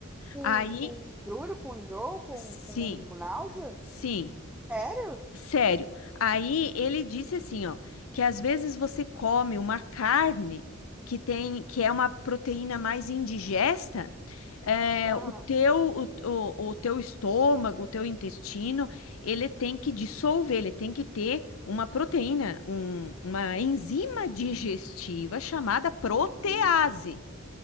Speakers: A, in the centre; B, on the left (about 75°).
A: Com,
B: Aí,
A: com embrulho, com enjoo, com,
B: sim,
A: com náusea?
B: sim.
A: Sério?
B: Sério. Aí ele disse assim, ó, que às vezes você come uma carne que tem, que é uma proteína mais indigesta, é,
A: Aham.
B: o teu, o, o, o teu estômago, o teu intestino, ele tem que dissolver, ele tem que ter uma proteína, um- uma enzima digestiva chamada protease.
A: Sim, sim.